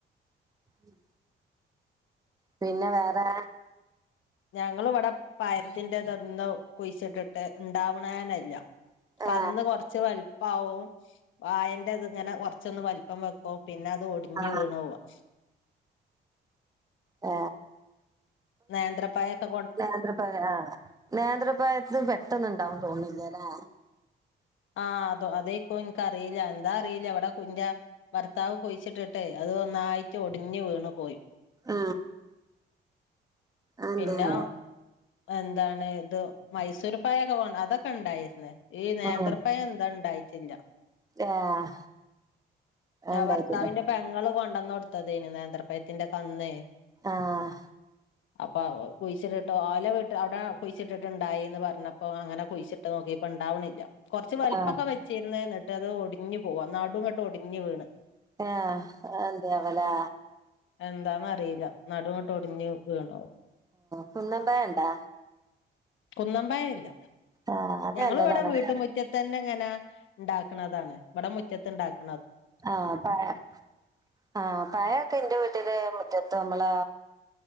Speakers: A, on the right; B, on the left.
A: ഉം. പിന്നെ വേറേ
B: ഞങ്ങള ഇവടെ പയത്തിന്റെതൊന്നും കുയിച്ചിട്ടിട്ട് ഉണ്ടാവ്ണേനല്യാ.
A: ആ
B: കന്ന് കൊറച്ച് വൽപ്പാവും. വായന്റെ ഇത് ഇങ്ങനെ കൊറച്ചൊന്ന് വൽപ്പം വെക്കും. പിന്നെ അത് ഒടിഞ്ഞ്
A: ആ
B: വീണുപൂവാ.
A: ആ
B: നേന്ത്ര പയക്കെ
A: നേന്ത്രപയ ആ നേന്ത്രപയത് പെട്ടന്ണ്ടാവും തോന്ണില്യാലേ.
B: ആ അതോ അതേയ്ക്കും എനിക്കറീല. എന്താറീല ഇവടെ കുഞ്ഞ ഭർത്താവ് കുയിച്ചിട്ട്ട്ടേ അത് ഒന്നായിട്ട് ഒടിഞ്ഞ് വീണ് പോയി.
A: ആ അന്തേ
B: പിന്നെ
A: ആവോ.
B: എന്താണ് ഇത് മൈസൂർ പയൊക്കെ പോ അതൊക്കെ ഇണ്ടായിര്ന്ന്. ഈ നേന്ത്രപ്പയം
A: ആഹ്
B: എന്താ ഇണ്ടായിട്ടില്ല.
A: ആഹ്
B: ആ
A: അത്ണ്ടായിട്ടില്ല
B: ഭർത്താവിന്റെ പെങ്ങൾ കൊൺ കൊടൊന്നൊടുത്തതേയ്ന്നു നേത്രപ്പയത്തിന്റെ കന്നേ.
A: ആഹ്
B: അപ്പ ഓ കുയിച്ചിട്ട്ട്ട് ഓ ന്റെ വീട്ട് അവടെ കുഴിച്ചിട്ടിട്ടണ്ടായിന്ന് പറഞ്ഞപ്പോ അങ്ങനെ കുഴിച്ചിട്ട് നോക്കീപ്പോ ഇണ്ടാവ്ണില്ലാ. കൊറച്ച് വൽപ്പോക്കെ
A: ആഹ്
B: വെച്ചിര്ന്ന്. എന്നിട്ട് അത് ഒടിഞ്ഞു പോവാ നടുങ്ങട്ട് ഒടിഞ്ഞ് വീണ്.
A: ആ അതെന്ത്യേവലേ?
B: എന്താന്നറിയില്ല. നടുങ്ങട്ട് ഒടിഞ്ഞ് വീണോവും.
A: കുന്നമ്പയണ്ടാ.
B: കുന്നമ്പയല്ല.
A: ആഹ് അത്
B: ഞങ്ങള്
A: നല്ലതാണല്ലോ
B: ഇവടെ വീട്ട് മുറ്റത്തന്നെ. ങ്ങനെ ണ്ടാക്കണതാണ് ഇവടെ മുറ്റത്ത്ണ്ടാക്ക
A: ആ പയം. ആഹ പയൊക്കെ ന്റെ വീട്ടില് മുറ്റത്ത് നമ്മളാ